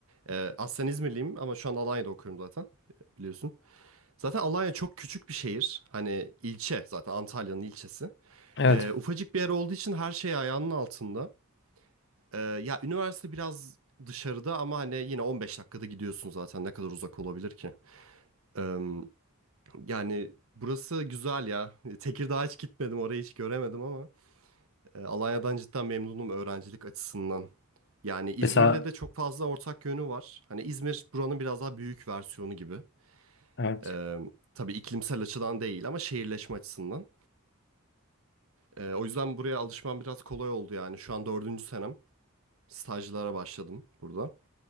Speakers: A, on the right; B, on the left.
A: Ee, aslen İzmirliyim ama şu an Alanya'da okuyorum zaten biliyorsun. Zaten Alanya çok küçük bir şehir. Hani ilçe zaten Antalya'nın ilçesi.
B: Evet.
A: Ee, ufacık bir yer olduğu için her şey ayağının altında. Ee, ya üniversite biraz dışarıda ama hani yine 15 dakikada gidiyorsun zaten ne kadar uzak olabilir ki? Ee, yani burası güzel ya. Tekirdağ'a hiç gitmedim orayı hiç göremedim ama e, Alanya'dan cidden memnunum öğrencilik açısından. Yani İzmir'le
B: Mesela
A: de çok fazla ortak yönü var. Hani İzmir buranın biraz daha büyük versiyonu gibi.
B: evet.
A: Ee, tabii iklimsel açıdan değil ama şehirleşme açısından. Ee, o yüzden buraya alışmam biraz kolay oldu yani. Şu an dördüncü senem. Stajlara başladım burada.